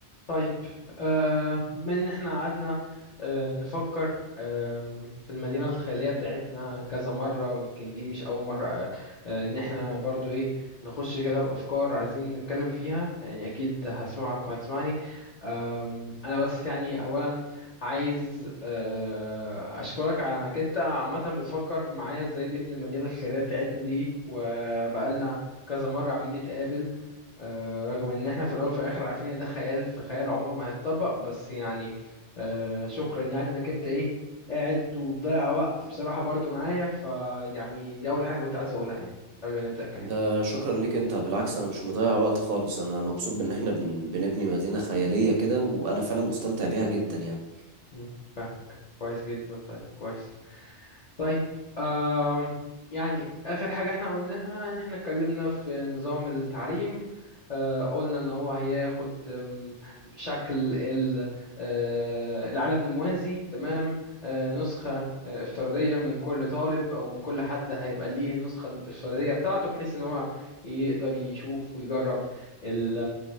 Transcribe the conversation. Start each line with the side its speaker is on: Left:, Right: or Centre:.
Left: طيب آه بما ان احنا قعدنا آه نفكر آم، في المدينة الخيالية بتاعتنا كذا مرة ويمكن دي مش أول مرة آه آه، إن احنا برضو إيه نخش كده بأفكار عايزين نتكلم فيها يعني أكيد هسمعك وهتسمعني آم، أنا بس يعني أولا عايز آه أشكرك على إنك أنت عامة بتفكر معايا إزاي نبني المدينة الخيالية بتاعتنا دي وبقالنا كذا مرة عاملين نتقابل آه، رغم ان احنا في الاول وفي الاخر عارفين ان ده خيال في خيال عمره ما هيتطبق بس يعني آه، شكرا يعني انك انت ايه قاعد ومضيع وقت بصراحة برضو معايا فيعني دي اول حاجة كنت عايز اقولها يعني قبل ما نبدأ الكلام
Right: ده شكرا ليك انت بالعكس انا مش مضيع وقت خالص انا مبسوط بان احنا بن... بنبني مدينة خيالية كده وانا فعلا مستمتع بيها جدا يعني
Left: مم. كويس جدا طيب كويس طيب آم يعني آخر حاجة احنا قلناها إن احنا اتكلمنا في نظام التعليم آه، قلنا ان هو هياخد آم، شكل ال- آه، العالم الموازي تمام آه، نسخة آه، افتراضية من كل طالب او من كل حد هيبقى ليه النسخة الافتراضية بتاعته بحيث ان هو يقدر يشوف ويجرب ال-